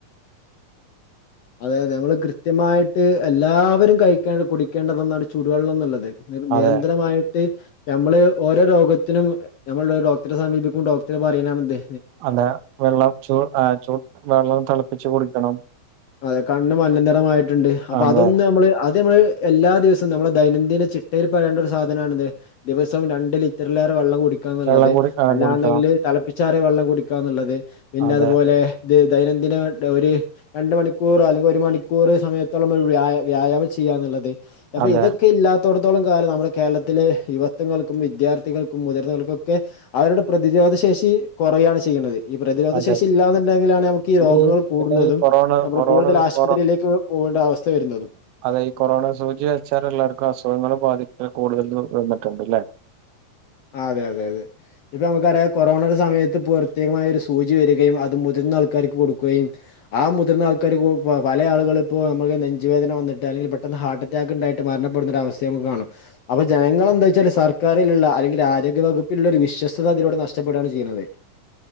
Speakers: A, on the left; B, on the right.
A: അതെ അതെ നമ്മള് കൃത്യമായിട്ട് എല്ലാവരും കഴിക്കേണ്ട കുടിക്കേണ്ട ഒന്നാണ് ചുടുവെള്ളംന്നുള്ളത്. നിരന്തരമായിട്ട്.
B: അതെ
A: നമ്മള് ഓരോ രോഗത്തിനും ഞമ്മൾ ഡോക്ടറെ സമീപിക്കും ഡോക്ടർ പറ്യീണാണിത്.
B: അതേ വെള്ളം ചൂ ഏഹ് ചൂ വെള്ളം തെളപ്പിച്ച് കുടിക്കണം.
A: അതെ കണ്ണ് മഞ്ഞനിറം ആയിട്ടുണ്ട്. അപ്പൊ
B: അതെ
A: അതൊന്ന് നമ്മള് അത് നമ്മള് എല്ലാ ദിവസവും നമ്മടെ ദൈനംദിന ചിട്ടയില് പയേണ്ട ഒരു സാധനാണിത്. ദിവസവും രണ്ട് ലിറ്ററിലേറെ വെള്ളം കുടിക്കണംന്ന്ള്ളത്.
B: വെള്ളം കുടി ആ
A: അല്ലാണ്ടെങ്കില്
B: കുടിക്കണം
A: തളപ്പിച്ചാറിയ വെള്ളം കുടിക്കാന്ന്ള്ളത്. പിന്നെ
B: അതെ
A: അതുപോലെ ത് ദൈനംദിന ഒര് രണ്ട് മണിക്കൂർ അല്ലെങ്കി ഒരു മണിക്കൂർ സമയത്തോളം ഒരു വ്യായ വ്യായാമം ചെയ്യാന്ന്ള്ളത്. അപൊ
B: അതെ
A: ഇതൊക്കെ ഇല്ലാ അടത്തോളം കാലം നമ്മുടെ തൊട്ത്തോളം കാലം നമ്മടെ കേരളത്തില് യുവത്വങ്ങൾക്കും. വിദ്യാർത്ഥികൾക്കും മുതിർന്നവർക്കൊക്കെ അവര്ടെ പ്രതിരോധ ശേഷി കൊറയാണ് ചെയ്യ്ണത്. ഈ പ്രതിരോധ
B: അതെ
A: ശേഷി ഇല്ലാന്നുണ്ടെങ്കിലാണ് നമുക്ക് ഈ
B: പിന്നെ
A: രോഗങ്ങള് കൂടുന്നതും.
B: പിന്നെ ഈ കൊറോണ
A: നമ്മള്
B: കൊറോണ
A: കൂടുതല് ആശുപത്രിയിലേക്ക്.
B: കൊറോ
A: പോവണ്ട അവസ്ഥ വര്ന്നതും.
B: അതെ ഈ കൊറോണ സൂചി വെച്ചാല് എല്ലാർക്കും അസുഖങ്ങള് ബാധിക്കൽ കൂടുതല് വന്നിട്ടുണ്ട്. ലെ
A: ആഹ് അതെ അതെ അതെ ഇപ്പൊ നമ്മക്കറിയാം കൊറോണയുടെ സമയത്ത് പ്രത്യേകമായ ഒരു സൂചി വരികയും അത് മുതിർന്ന ആൾക്കാർക്ക് കൊടുക്കുകയും. ആഹ് മുതിർന്ന ആൾകാർ പല ആളുകള് ഇപ്പൊ നമ്മക്ക് നെഞ്ച് വേദന വന്നിട്ട് അല്ലെങ്കില് പെട്ടെന്ന് ഹാർട്ട് ണ്ടായിട്ട് മരണപ്പെടുന്ന ഒരു അവസ്ഥ നമുക്ക് കാണും അപ്പൊ ജനങ്ങളെന്താ വെച്ചാല് സർക്കാരില്ള്ള അല്ലെങ്കി ആരോഗ്യവകുപ്പിലുള്ള ഒരു വിശ്വസ്ത അതിലൂടെ നഷ്ടപ്പെടാണ് ചിയ്യ്ണത്.